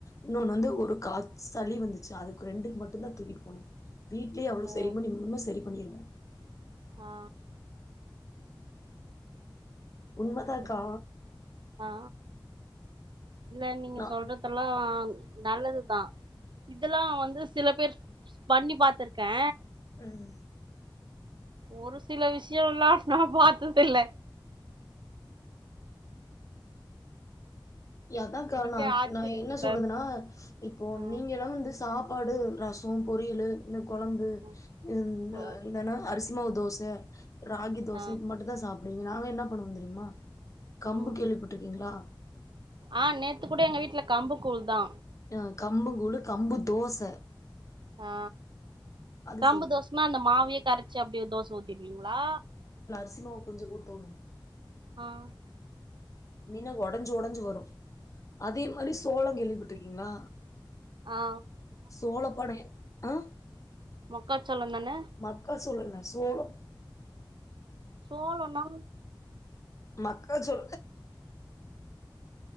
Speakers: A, on the left; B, on the right.
A: இன்னொன்னு வந்து ஒரு கா சளி வந்துச்சு அதுக்கு ரெண்டுக்கு மட்டுதா தூக்கிட்டு போனே வீட்லே அவலோ
B: ஓ
A: சரி பண்ணி இன்னு சரி பண்ணிடுவ
B: ஆ சரி
A: உண்மதாக்கா
B: ச ஆ இல்ல நீங்க
A: நா
B: சொல்றதெல்லா நல்லதுதா இதெல்லா வந்து சில பேர் பண்ணி பாத்ருக்கே
A: ம்
B: ஒரு சில விஷ்யோலா நா பாத்ததே இல்ல
A: யதா காரணோ
B: எனக்கே ஆச்சரியத்த
A: நா என்ன சொல்றதுன்னா
B: தருது
A: இப்போ
B: ம்
A: நீங்கலா வந்து சாப் பாடு ரசோ பொரியலு இந்த கொழம்பு
B: ம்
A: இந்த
B: ம்
A: இருந்தன அரிசி இன்னா தோச ராகி தோச
B: ஆ
A: இது மட்டு தா சாப் அப்டிங்ளா நாங்க என்னா பண்ணுவோ தெரிமா கம்பு
B: ம்
A: கேள்விப்பட்ருக்கீங்ளா
B: ஆ நேத்து குட எங்க வீட்ல கம்பு கூழ் தா
A: ஆ கம்பகூழு கம்பு தோச
B: ஆ
A: அது
B: கம்பு
A: செய்வே
B: தோஸ்னா அந்த மாவயே கரச்சி அப் ஏ தோஸ் தோதிவிங்ளா
A: அரிசிமாவ் கொஞ்ஜ ஊத்தோனு
B: ஆ
A: நினல் ஒடஞ்சு ஒடஞ்சு வரு அதே மாரி சோளோ கேள்விபட்ருக்கி ங்ளா
B: ஆ
A: சோளப்படயே ஆ
B: மொக்காச்சோளம் தானே
A: மக்க சோளோங்க சோளம்
B: சோளொனா
A: மக்கா சோளோ